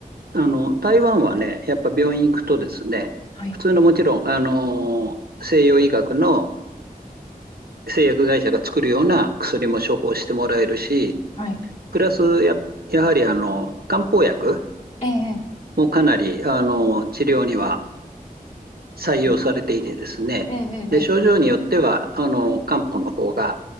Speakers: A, on the right; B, on the left.
A: あの、台湾はね、やっぱ病院行くとですね、
B: はい。
A: 普通のもちろん、あの、西洋医学の製薬会社が作るような薬も処方してもらえるし、
B: はい
A: プラスや、やはりあの、漢方薬
B: ええ、
A: もかなり、あの、治療には採用されていてですね、
B: ええ、ええ、
A: で、
B: ええ
A: 症状によっては、あの、漢方の方が